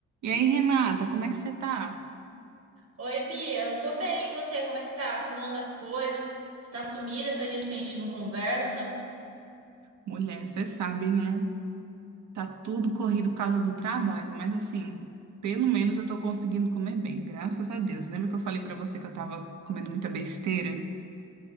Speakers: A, on the right; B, on the right.
A: E aí, Renata, como é que você tá?
B: Oi, Bia, eu tô bem. E você, como é que tá? Como anda as coisas? Você tá sumida, faz dias que a gente não conversa.
A: Mulher, você sabe, né? Tá tudo corrido por causa do trabalho, mas assim, pelo menos eu tô conseguindo comer bem, graças a Deus. Lembra que eu falei pra você que eu tava comendo muita besteira?